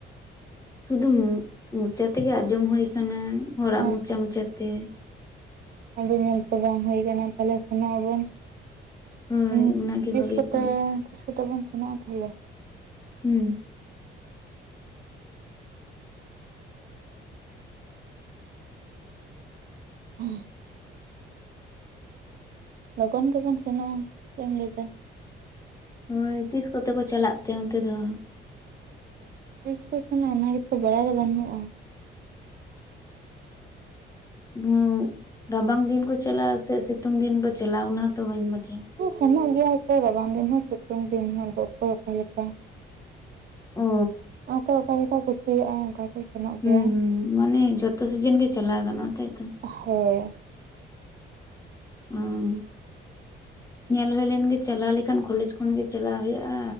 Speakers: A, on the left; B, on the right.
A: ᱥᱩᱫᱷᱩ ᱢᱩ ᱢᱚᱪᱟ ᱛᱮᱜᱮ ᱟᱸᱡᱚᱢ ᱦᱩᱭᱭ ᱟᱠᱟᱱᱟ ᱦᱚᱲᱟᱜ
B: ᱦᱮᱸ
A: ᱢᱚᱪᱟ ᱢᱚᱪᱟᱛᱮ ᱾
B: ᱟᱫᱚ ᱧᱮᱞ ᱛᱚ ᱵᱟᱝ ᱦᱩᱭ ᱟᱠᱟᱱᱟ ᱛᱟᱦᱚᱞᱮ ᱥᱮᱱᱚᱜ ᱟᱵᱚᱱ ᱾
A: ᱦᱳᱭ
B: ᱩ
A: ᱚᱱᱟᱜᱮ
B: ᱛᱤᱥ
A: ᱵᱷᱟᱜᱮ
B: ᱠᱚᱛᱮ
A: ᱠᱚᱜᱼᱟ
B: ᱛᱤᱥ ᱠᱚᱛᱮ ᱵᱚᱱ ᱥᱮᱱᱚᱜᱼᱟ ᱛᱟᱦᱚᱞᱮ ᱾
A: ᱦᱩᱸ
B: <unintelligible> ᱞᱚᱜᱚᱱ ᱜᱮᱵᱚᱱ ᱥᱮᱱᱚᱜᱼᱟ ᱪᱮᱫ ᱮᱢ ᱞᱟᱹᱭᱮᱫᱟ ᱾
A: ᱦᱳ ᱛᱤᱥ ᱠᱚᱛᱮ ᱠᱚ ᱪᱟᱞᱟᱜ ᱛᱮ ᱚᱱᱛᱮ ᱫᱚ ᱾
B: ᱛᱤᱥ ᱠᱚ ᱥᱮᱱᱚᱜ ᱟ ᱚᱱᱟ ᱜᱮᱛ ᱵᱟᱲᱟᱭ ᱫᱚ ᱵᱟᱹᱱᱩᱜᱼᱟ ᱾
A: ᱱᱚᱜ ᱨᱟᱵᱟᱝ ᱫᱤᱱ ᱠᱚ ᱪᱟᱞᱟᱜᱼᱟ ᱥᱮ ᱥᱤᱛᱩᱝ ᱫᱤᱱ ᱠᱚ ᱪᱟᱞᱟᱜᱼᱟ ᱚᱱᱟ ᱦᱚᱸᱛᱚ ᱵᱟᱹᱧ ᱵᱟᱰᱷᱤᱭᱟ ᱾
B: ᱥᱮᱱᱚᱜ ᱜᱮᱭᱟ ᱦᱚᱭᱛᱚ ᱨᱟᱵᱟᱝ ᱫᱤᱱ ᱦᱚᱸ ᱥᱤᱛᱩᱝ ᱫᱤᱱ ᱦᱚᱸ ᱡᱚᱛ ᱚᱠᱟ ᱞᱮᱠᱟ ᱾
A: ᱚ
B: ᱚᱠᱚᱭ ᱚᱠᱟᱮᱠᱟ ᱠᱩᱥᱤᱭᱟᱜᱼᱟ ᱚᱱᱠᱟ ᱠᱚ ᱥᱮᱱᱚᱜ
A: ᱦᱩᱸ
B: ᱜᱮᱭᱟ
A: ᱦᱩᱸ
B: ᱾
A: ᱢᱟᱱᱮ ᱡᱷᱚᱛᱚ ᱥᱤᱡᱤᱱ ᱜᱮ ᱪᱟᱞᱟᱣ ᱜᱟᱱᱚᱜᱼᱟ ᱛᱟᱭᱛᱚ ᱾
B: ᱦᱳᱭ
A: ᱩᱸᱻᱻ
B: <inaudible>
A: ᱧᱮᱞ ᱦᱩᱭ ᱞᱮᱱᱜᱮ ᱪᱟᱞᱟᱣ ᱞᱮᱠᱷᱟᱱ ᱠᱚᱞᱮᱡᱽ ᱠᱷᱚᱱᱜᱮ ᱪᱟᱞᱟᱣ ᱦᱩᱭᱩᱜᱼᱟ